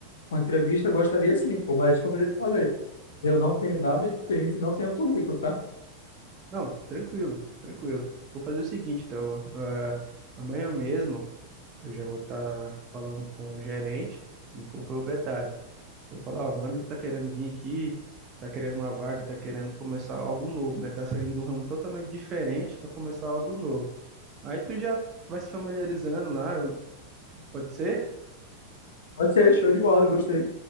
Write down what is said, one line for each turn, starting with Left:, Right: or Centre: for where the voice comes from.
Left: uma entrevista, eu gostaria sim, pô. Mas como eu já te falei, eu não tenho nada de experiência e não tenho currículo, tá?
Right: Não, tranquilo, tranquilo. Vou fazer o seguinte, então, eh, amanhã mesmo eu já vou estar falando com o gerente e com o proprietário. Vou falar, ó, meu amigo tá querendo vir aqui, tá querendo uma vaga, tá querendo começar algo novo, né? Tá saindo de um ramo totalmente diferente para começar algo novo. Aí tu já vai se familiarizando lá, eu- pode ser?
Left: Pode ser, show de bola, gostei.